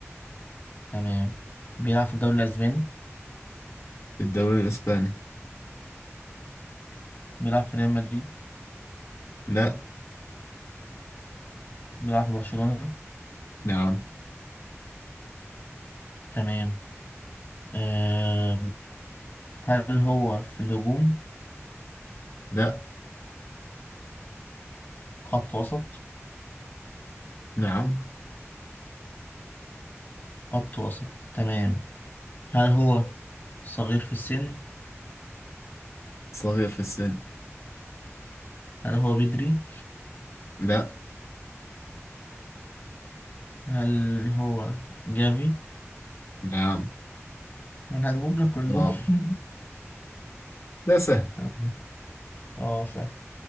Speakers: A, on the left; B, on the left.
A: تمام بيلعب في الدوري الأسباني
B: في الدوري الإسباني
A: بيلعب في ريال مدريد
B: لا
A: بيلعب في برشلونة
B: نعم
A: تمام آه هل هو في الهجوم
B: لا
A: خط وسط
B: نعم
A: خط وسط تمام هل هو صغير في السن
B: صغير في السن
A: هل هو بدري
B: لا
A: هل هو جافي
B: نعم
A: انا هجيبهم لك كلهم
B: برافو
A: <laughs>
B: لا سهل
A: تمام. اه سهل